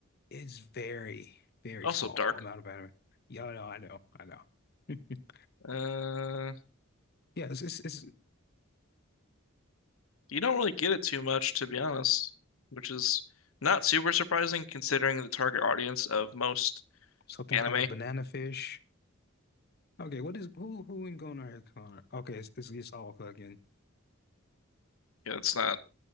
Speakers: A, on the left (about 50°); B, on the left (about 80°).
A: it's very, very
B: Also
A: small
B: dark.
A: amount of anime. Yeah, I know, I know, I know. <laughs>
B: Uh
A: Yeah, it's, it's, it's
B: You don't really get it too much, to be honest, which is not super surprising considering the target audience of most
A: something
B: anime.
A: called banana fish. Okay, what is who who in Hunter X Hunter? Okay, it's, it's, it's Alaka again.
B: Yeah, it's not